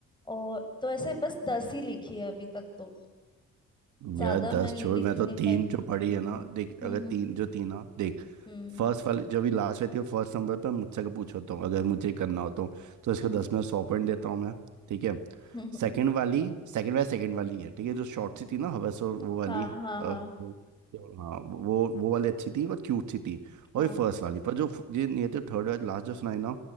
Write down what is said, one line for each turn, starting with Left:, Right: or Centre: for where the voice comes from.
Left: और तो ऐसे बस दस ही लिखी है अभी तक तो ज्यादा
Right: यार दस
Left: मैं लिख
Right: छोड़ मैं तो
Left: नहीं
Right: तीन
Left: पाई हम्म
Right: जो पढ़ी है ना देख अगर
Left: हम्म
Right: तीन जो तीन ना देख
Left: हम्म
Right: फर्स्ट वाली जो भी लास्ट रहती है फर्स्ट नंबर पर मुझसे का पूछो तो अगर मुझे करना हो तो तो इसको
Left: हम्म,
Right: दस में सौ पॉइंट देता हूँ मैं ठीक है
Left: हम्म,
Right: सेकंड वाली सेकंड वाली सेकंड वाली है ठीक है जो शॉर्ट
Left: हम्म।
Right: सी थी ना हवस और वो वाली
Left: हाँ हाँ
Right: अ,
Left: हाँ
Right: वो क्या बोलूं, हाँ वो वो वाली अच्छी थी वो क्यूट सी थी और
Left: हाँ
Right: ये फर्स्ट वाली पर जो ये नहीं थी थर्ड वाली लास्ट जो सुनाई ना